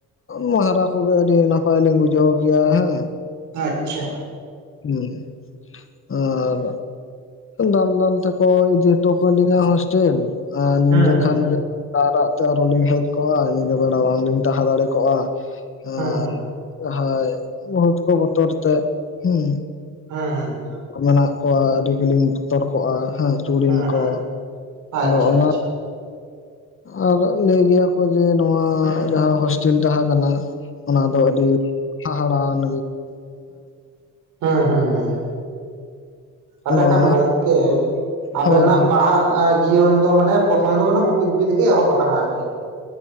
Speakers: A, on the left; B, on the right.
A: ᱢᱟᱦᱟᱨᱟ ᱠᱚᱜᱮ ᱟᱹᱰᱤ ᱱᱟᱯᱟᱭ ᱞᱤᱧ ᱵᱩᱡᱷᱟᱹᱣ ᱜᱮᱭᱟ ᱦᱮᱸ᱾
B: ᱟᱪᱪᱷᱟ᱾
A: ᱦᱩᱸ, ᱟᱨ ᱫᱟᱞ ᱫᱟᱞ ᱛᱮᱠᱚ ᱤᱫᱤ ᱦᱚᱴᱚ ᱠᱟᱞᱤᱧᱟ ᱦᱳᱥᱴᱮᱞ, ᱟᱨ ᱧᱤᱫᱟᱹ
B: ᱦᱩᱸ ᱦᱩᱸ
A: ᱠᱷᱟᱱ ᱜᱮ ᱨᱟᱜᱼᱨᱟᱜ ᱛᱮ ᱟᱨᱚ ᱞᱤᱧ ᱦᱮᱡ ᱠᱚᱜᱼᱟ, ᱧᱤᱫᱟᱹ ᱵᱮᱲᱟ ᱵᱟᱝᱞᱤᱧ ᱛᱟᱦᱮᱸ ᱫᱟᱲᱮ ᱠᱚᱜᱼᱟ। ᱟᱨ
B: ᱦᱩᱸ ᱦᱩᱸ
A: ᱡᱟᱦᱟᱸᱭ ᱵᱷᱩᱛ ᱠᱚ ᱵᱚᱛᱚᱨ ᱛᱮ, ᱦᱩᱸ᱾
B: ᱦᱮᱸ ᱦᱮᱸ ᱦᱮᱸ।
A: ᱢᱮᱱᱟᱜ ᱠᱚᱣᱟ ᱟᱹᱰᱤ ᱜᱮᱞᱤᱧ ᱵᱚᱛᱚᱨ ᱠᱚᱜᱼᱟ ᱦᱮᱸ, ᱪᱩᱲᱤᱱ
B: ᱦᱩᱸ
A: ᱠᱚ।
B: ᱦᱩᱸ ᱟᱪᱪᱷᱟ
A: ᱟᱫᱚ ᱚᱱᱟ
B: ᱟᱪᱪᱷᱟ
A: ᱟᱨ ᱞᱟᱹᱭ ᱜᱮᱭᱟᱠᱚ, ᱡᱮ ᱱᱚᱣᱟ ᱡᱟᱦᱟᱸ ᱦᱳᱥᱴᱮᱞ ᱛᱟᱦᱮᱸ ᱠᱟᱱᱟ ᱚᱱᱟ ᱫᱚ ᱟᱹᱰᱤ ᱦᱟᱦᱟᱲᱟᱜ ᱟᱱ
B: ᱦᱮᱸ ᱦᱮᱸ ᱦᱮᱸ᱾ ᱛᱟᱦᱟᱞᱮ
A: ᱟᱫᱚ
B: ᱠᱷᱟᱱ
A: ᱚᱱᱟ
B: ᱜᱚᱢᱠᱮ, ᱟᱵᱮᱱᱟᱜ
A: ᱦᱳᱭ ᱦᱳᱭ
B: ᱯᱟᱲᱦᱟᱜ ᱟ ᱡᱤᱭᱚᱱ ᱫᱚ ᱢᱟᱱᱮ ᱯᱨᱚᱛᱷᱚᱢ ᱫᱚ ᱢᱟᱱᱮ ᱜᱩᱯᱤ ᱜᱩᱯᱤ ᱛᱮᱜᱮ ᱮᱦᱚᱵ ᱟᱠᱟᱱᱟ, ᱟᱨ ᱪᱮᱫ?